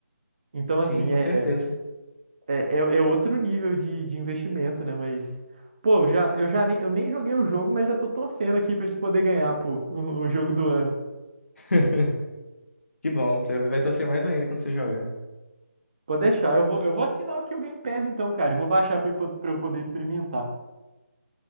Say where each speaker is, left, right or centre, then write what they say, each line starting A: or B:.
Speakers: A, on the right; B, on the left.
A: Então,
B: Sim,
A: assim,
B: com
A: é
B: certeza.
A: É, é, é outro nível de, de investimento, né? Mas, pô, eu já, eu já nem, eu nem joguei o jogo, mas já tô torcendo aqui pra eles poderem ganhar, pô, o, o jogo do ano.
B: <laughs> Que bom, você vai torcer mais ainda quando você jogar.
A: Pode deixar, eu vou, eu vou assinar aqui o Game Pass então, cara, e vou baixar pra, eu po- pra eu poder experimentar.